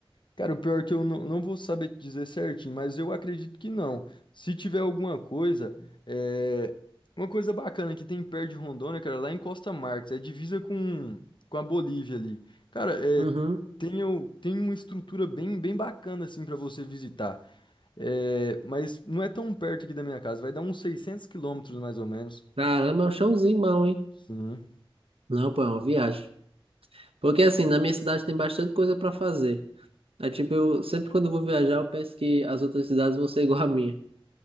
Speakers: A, on the left (about 55°); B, on the right (about 75°).
A: Cara, o pior é que eu não, não vou saber te dizer certinho, mas eu acredito que não. Se tiver alguma coisa, é... uma coisa bacana que tem perto de Rondônia, cara, lá em Costa Marques, é divisa com, com a Bolívia ali. Cara, é...
B: Uhum.
A: tem, o- tem uma estrutura bem, bem bacana assim para você visitar. É... Mas não é tão perto aqui da minha casa, vai dar uns 600 quilômetros mais ou menos.
B: Caramba, é um chãozinho bom, hein?
A: Sim.
B: Não, pô, é uma viagem. Porque, assim, na minha cidade tem bastante coisa pra fazer. É tipo, eu sempre quando eu vou viajar, eu penso que as outras cidades vão ser igual a minha.